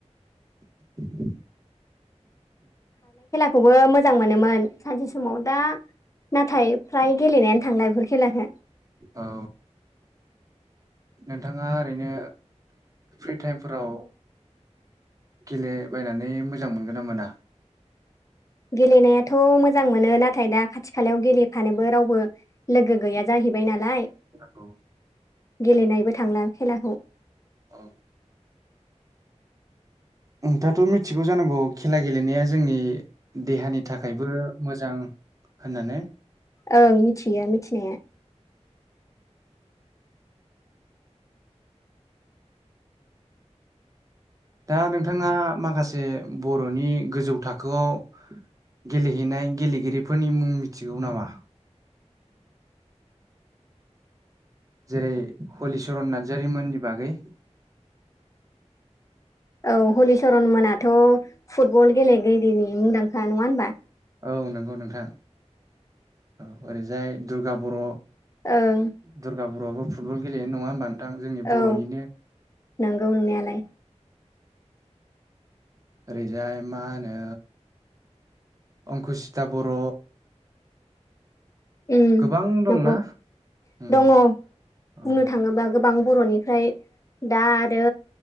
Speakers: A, on the right (about 30°); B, on the left (about 25°).
A: <inaudible>
B: खौबो मोजां मोनोमोन सानसे समाव दा नाथाय फ्राय गेलेनायानो थांला बेफोर खेलाखौ।
A: औ। नोंथाङा ओरैनो फ्रि टाइमफोराव गेलेबायनानै मोजां मोनगोन ना मोना?
B: गेलेनायाथ' थ' मोजां मोनो नाथाय दा खाथि खालायाव गेलेफानोबो रावबो लोगो गैया जाहैबाय नालाय
A: नंगौ
B: गेलेनायबो थांला खेलाखौ
A: औ नोंथाङाथ' मिथिगौ जानांगौ खेला गेलेनाया जोंनि देहानि थाखायबो मोजां होननानै
B: ओं मिथियो मिथिनाया
A: दा नोंथाङा माखासे बर'नि गोजौ थाखोआव गेलेहैनाय गेलेगिरिफोरनि मुं मिथिगौ नामा? जेरै हलिचरन नार्जारिमोननि बागै
B: औ हलिचरन मोनाथ' फुटबल गेलेगिरिनि मुंदांखा नङा होनबा
A: औ नंगौ नोंथां औ ओरैजाय दुर्गा बर'
B: ओं
A: दुर्गा बर'आबो फुटबल गेलेयो नङा होमबा नोंथां जोंनि बर'निनो
B: औ नंगौ नंनायालाय
A: ओरैजाय मा होनो। अंकुसिता बर'
B: ओम
A: गोबां दंना
B: नंगौ
A: उम
B: दङ बुंनो
A: औ
B: थाङोबा गोबां। बर'निफ्राय दा आरो